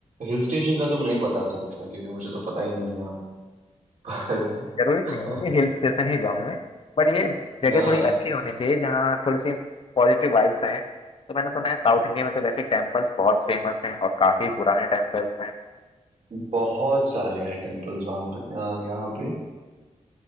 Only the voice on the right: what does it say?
हिल स्टेशन का तो मैं नहीं बता सकता मैं क्योंकि मुझे तो पता ही नहीं है यहाँ पर
<laughs>
यहाँ
बहुत सारे हैं टेम्पल्स वहाँ पे यहाँ यहाँ पे अ,